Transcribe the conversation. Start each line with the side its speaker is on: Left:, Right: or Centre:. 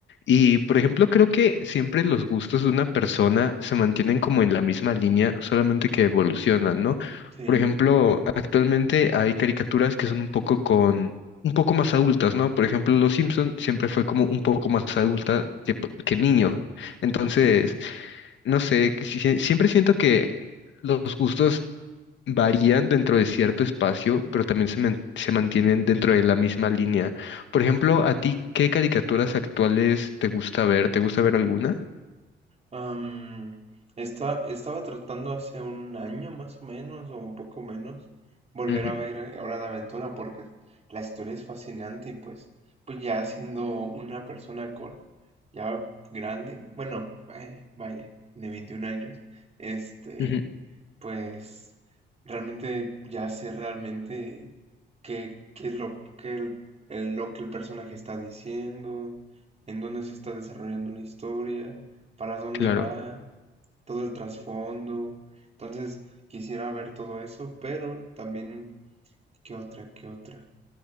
Left: Y, por ejemplo, creo que siempre los gustos de una persona se mantienen como en la misma línea, solamente que evolucionan, ¿no?
Right: Sí,
Left: Por ejemplo, actualmente hay caricaturas que son un poco un poco más adultas, ¿no? Por ejemplo, Los Simpson siempre fue como un poco más adulta que, p- que niño. Entonces,
Right: sí.
Left: no sé, que si- si- siempre siento que los gustos varían dentro de cierto espacio, pero también se, men- se mantienen dentro de la misma línea. Por ejemplo, ¿a ti qué caricaturas actuales te gusta ver? ¿Te gusta ver alguna?
Right: Am, esta- estaba tratando hace un año más o menos, o un poco menos, volver
Left: Ujú,
Right: a ver eh, Hora de Aventura porque la historia es fascinante y pues, pues ya siendo una persona con ya grande, bueno, vaya, vaya, de 21 años, este,
Left: ujú,
Right: pues realmente ya sé realmente qué, qué es lo que el, el- lo que el personaje está diciendo, en dónde se está desarrollando la historia para dónde
Left: claro.
Right: va, todo el trasfondo. Entonces, quisiera ver todo eso, pero también, ¿qué otra? ¿Qué otra?